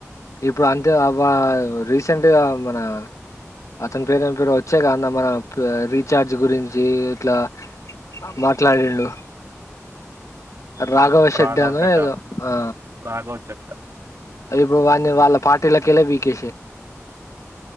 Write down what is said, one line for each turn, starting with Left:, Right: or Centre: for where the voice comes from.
Left: ఇప్పుడు అంతే వ రీసెంట్గా మన అతని పేరు ఎం పేరో వచ్చేకా అ న్న మన ప్ రీచార్జ్ గురించి ఇట్లా మ మాట్లాడిండు రాఘవశెట్టి
Right: రాఘవ
Left: అనో
Right: చెడ్డ
Left: ఏదో ఆ
Right: రాఘవ చెడ్డ
Left: ఇప్పుడు వాన్ని వాళ్ళ పార్టీలకేలే పీకేసే